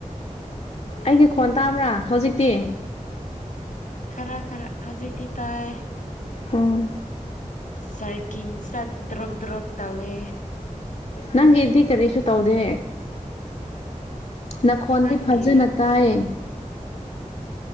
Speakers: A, on the left (about 50°); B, on the left (about 75°).
A: ꯑꯩꯒꯤ ꯈꯣꯟ ꯇꯥꯕ꯭ꯔꯥ ꯍꯧꯖꯤꯛꯇꯤ
B: ꯈꯔ ꯈꯔ ꯍꯧꯖꯤꯗꯤꯤ ꯇꯥꯏ
A: ꯑꯥ
B: ꯖꯔꯀꯤꯡ ꯆꯠ ꯗ꯭ꯔꯣꯛ ꯗ꯭ꯔꯣꯛꯣꯛ ꯇꯧꯋꯦ
A: ꯅꯪꯒꯤꯗꯤ ꯀꯔꯤꯁꯨ ꯇꯧꯗꯦ ꯅꯈꯣꯟꯗꯤ
B: ꯅꯪꯒꯤ
A: ꯐꯖꯅ ꯇꯥꯏꯌꯦ